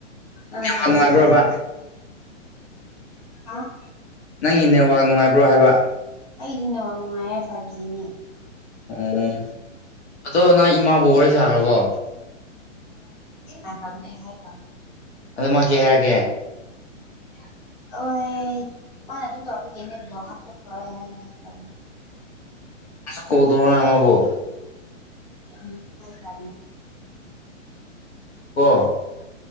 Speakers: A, on the left (about 35°); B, on the left (about 55°).
A: ꯑ ꯐꯖꯉ
B: ꯅꯨꯡꯉꯥꯏꯕ꯭ꯔꯕ
A: ꯑ
B: ꯅꯪꯒꯤ ꯅꯦꯠꯋꯥꯛ ꯅꯨꯡꯉꯥꯏꯕ꯭ꯔꯣ ꯍꯥꯏꯕ
A: ꯑꯩꯗꯤ ꯅꯅꯨꯡꯕꯥꯎ ꯅꯨꯡꯉꯥꯏ ꯁꯕꯖꯤꯅꯦ
B: ꯑꯣ ꯑꯗꯣ ꯅꯪ ꯏꯃꯥꯕꯨ ꯋꯥꯔꯤ ꯁꯥꯈ꯭ꯔꯕꯣ
A: ꯑ ꯀ ꯍꯥꯏ ꯀ
B: ꯑꯗꯨ ꯃꯥ ꯀꯩ ꯍꯥꯏꯔꯑꯒꯦ
A: ꯏ ꯑꯣ ꯃꯥ ꯑꯗꯨꯝ ꯇꯔ ꯌꯦꯅꯦ ꯭ꯂ ꯍꯥ꯭ꯔ ꯍꯥꯏ
B: ꯀꯣꯗꯧꯔ ꯅ ꯑꯃꯕꯣ
A: ꯎꯝ ꯍ ꯆ
B: ꯀ